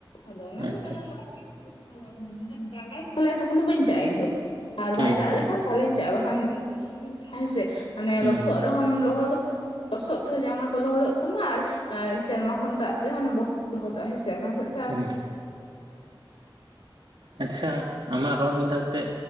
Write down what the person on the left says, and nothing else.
ᱟᱫᱚ ᱚᱱᱟᱜᱮ
ᱪᱟᱞᱟᱣ
ᱵᱟᱲᱟ <inaudible> <inaudible> ᱡᱩᱫᱤ ᱫᱟᱜᱟᱭ ᱛᱟᱦᱚᱞᱮ ᱛᱚᱠᱷᱚᱱ ᱫᱚ ᱵᱟᱹᱧ ᱪᱟᱜᱼᱟ ᱤᱧ ᱫᱚ, ᱟᱨ ᱵᱟᱭ
ᱫᱟᱜ ᱞᱮᱠᱷᱟᱱ ᱛᱟᱦᱚᱞᱤᱧ ᱪᱟᱜᱼᱟ ᱵᱟᱠᱷᱟᱱ ᱫᱟᱜ ᱫᱟᱜ ᱛᱮ ᱡᱩᱫᱤᱧ ᱪᱟᱜᱼᱟ ᱦᱮᱸᱥᱮ ᱢᱟᱱᱮ
ᱞᱚᱥᱚᱫ ᱨᱮᱦᱚᱸᱢ ᱞᱚᱦᱚᱫᱚᱜᱼᱟ ᱞᱚᱥᱚᱫ ᱛᱮᱦᱚᱸ ᱡᱟᱸᱜᱟ ᱠᱚ ᱞᱚᱦᱚᱫᱚᱜ ᱛᱟᱢᱟ ᱟᱨ ᱟᱨ ᱥᱮᱨᱢᱟ ᱠᱷᱚᱱ ᱫᱟᱜ ᱛᱮᱦᱚᱸ ᱚᱱᱟ ᱵᱚᱦᱚᱜ ᱠᱚ ᱞᱚᱦᱚᱫᱚᱜᱼᱟ ᱦᱮᱸᱥᱮ, ᱚᱱᱟ ᱦᱚᱛᱮᱡ ᱛᱮ ᱟᱫᱚ